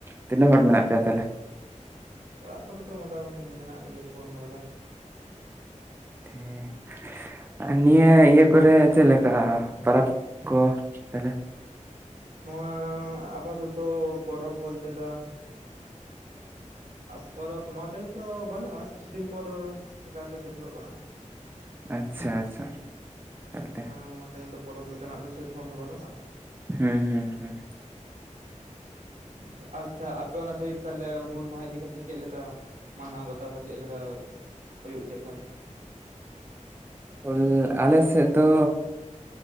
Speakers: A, on the right; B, on the right.
A: ᱛᱤᱱᱟᱹᱜ ᱦᱚᱲ ᱢᱮᱱᱟᱜ ᱯᱮᱭᱟ ᱛᱟᱦᱞᱮ?
B: ᱚᱲᱟᱜ ᱠᱚᱨᱮ ᱫᱚ ᱢᱳᱴᱟᱢᱩᱴᱤ ᱢᱮᱱᱟᱜ ᱞᱮᱜᱮᱭᱟ ᱯᱩᱱ ᱦᱚᱲ ᱜᱟᱱ᱾
A: <inaudible> ᱱᱤᱭᱟᱹ ᱤᱭᱟᱹ ᱠᱚᱨᱮ ᱪᱮᱫ ᱞᱮᱠᱟ ᱯᱟᱨᱟᱵᱽ ᱠᱚ ᱛᱟᱦᱞᱮ
B: ᱱᱚᱣᱟ ᱟᱯᱟᱛᱚᱛᱚ ᱯᱚᱨᱚᱵᱽ ᱵᱚᱞᱛᱮ ᱫᱚ ᱟ ᱯᱚᱨᱚᱵᱽ ᱱᱚᱣᱟ ᱴᱟᱭᱤᱢ ᱫᱚ ᱵᱟᱹᱱᱩᱜᱼᱟ, ᱠᱤᱪᱷᱩ ᱫᱤᱱ ᱯᱚᱨ ᱮᱠᱟᱞᱛᱮ ᱥᱮᱴᱮᱨᱚᱜ ᱠᱟᱱᱟ᱾
A: ᱟᱪᱪᱷᱟ ᱟᱪᱪᱷᱟ᱾ ᱮᱱᱛᱮ
B: ᱟ ᱱᱚᱣᱟ ᱴᱟᱭᱤᱢ ᱫᱚ ᱯᱚᱨᱚᱵᱽ ᱞᱮᱠᱟᱱᱟᱜ ᱫᱚ ᱥᱮᱨᱚᱠᱚᱢ ᱫᱚ ᱵᱟᱹᱱᱩᱜᱼᱟ?
A: ᱦᱩᱸ ᱦᱩᱸ ᱦᱩᱸ᱾
B: ᱟᱪᱪᱷᱟ, ᱟᱪᱪᱷᱟ ᱟᱯᱮ ᱚᱱᱟ ᱥᱟᱭᱤᱰ ᱛᱟᱦᱚᱞᱮ ᱦᱩᱞ ᱢᱟᱦᱟ ᱤᱫᱤ ᱠᱟᱛᱮᱫ ᱪᱮᱫ ᱞᱮᱠᱟ, ᱢᱟᱱᱟᱣ ᱵᱟᱛᱟᱣ ᱠᱚ ᱪᱮᱫ ᱞᱮᱠᱟ ᱦᱩᱭᱩᱜ ᱜᱮ ᱛᱟᱦᱮᱸᱱ?
A: ᱦᱩᱞ ᱟᱞᱮ ᱥᱮᱫ ᱫᱚ